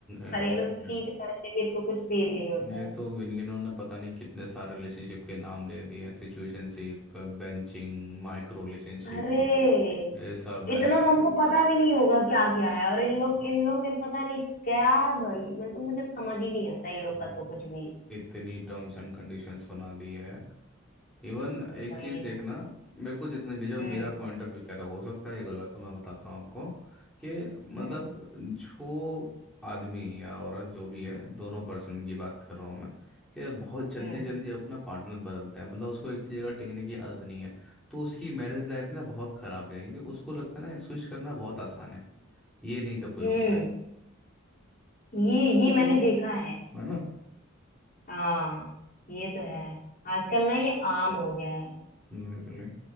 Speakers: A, in the centre; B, on the left (about 45°).
A: एग्जैक्टली
B: अरे ये लोग चीट करके भी इनको कुछ फील नहीं होता
A: ये
B: है
A: तो इन- इन्होंने पता नहीं कितने सारे रिलेशनशिप के नाम दे दिए हैं सिचुएशनशिप बेंचिंग माइक्रो रिलेशनशिप
B: अरे
A: ये सब
B: इतना
A: है
B: तो हमको पता भी नहीं होगा क्या क्या है और इन लोग
A: हम्म,
B: इन लोग ने पता नहीं क्या भाई मैं तो मुझे समझ ही नहीं आता इन लोग
A: ये
B: का
A: तो
B: तो कुछ भी
A: इतनी टर्म्स एंड कंडीशंस बना दी है इवन एक
B: वही
A: चीज देखना मेरे को जितने भी जो
B: हम्म
A: मेरा पॉइंट ऑफ व्यू कहता है, हो सकता है ये गलत हो मैं बताता हूँ आपको कि मतलब
B: हम्म
A: जो आदमी या औरत जो भी है दोनों पर्सन की बात कर रहा हूँ मैं कि बहुत जल्दी
B: हम्म
A: जल्दी अपना पार्टनर बदलता है मतलब उसको एक जगह टिकने की आदत नहीं है तो उसकी मैरिज लाइफ ना बहुत खराब जाएगी क्योंकि उसको लगता है ना स्विच करना बहुत आसान है ये नहीं तो कोई
B: हम्म
A: और सही
B: ये ये
A: तो
B: मैंने देखा है
A: है ना
B: हाँ ये तो है आजकल ना ये आम हो गया है
A: हम्म, बिल्कुल